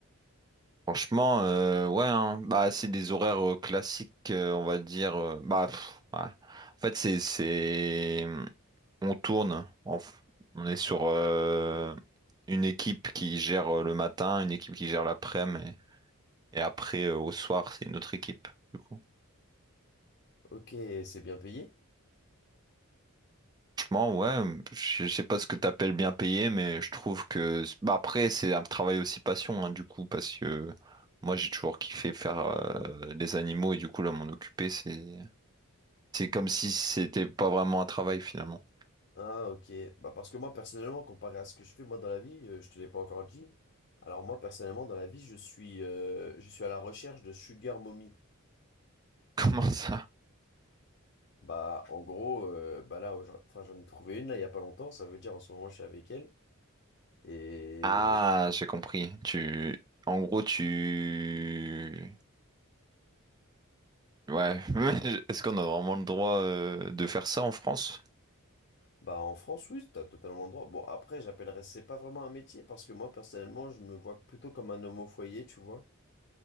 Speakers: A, on the right; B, on the left.
A: Franchement, euh, ouais, hein. bah, c'est des horaires euh, classiques, euh, on va dire. euh, bah, pff, ouais. En fait, c'est, c'est... On tourne, en f- on est sur euh, une équipe qui gère euh, le matin, une équipe qui gère l'après-midi, et et après, euh, au soir, c'est une autre équipe. du coup.
B: Ok, c'est bien payé.
A: Franchement, ouais, je je sais pas ce que t'appelles bien payé, mais je trouve que bah après c'est un travail aussi passion hein, du coup parce que moi j'ai toujours kiffé faire euh, des animaux et du coup là m'en occuper c'est c'est comme si c'était pas vraiment un travail finalement.
B: Ah, ok. Bah parce que moi personnellement, comparé à ce que je fais moi dans la vie, euh, je te l'ai pas encore dit. Alors moi personnellement dans la vie, je suis, euh, je suis à la recherche de sugar mommy.
A: <laughs> Comment ça?
B: Bah en gros, euh, bah là, aujourd'hui- enfin j'en ai trouvé une là il y a pas longtemps. Ça veut dire en ce moment je suis avec elle. et
A: Ah, j'ai compris. Tu en gros tu ouais. <laughs> Est-ce qu'on a vraiment le droit euh, de faire ça en France?
B: Bah en France, oui, t'as totalement le droit. Bon, après, j'appellerais, c'est pas vraiment un métier parce que moi, personnellement, je me vois plutôt comme un homme au foyer, tu vois.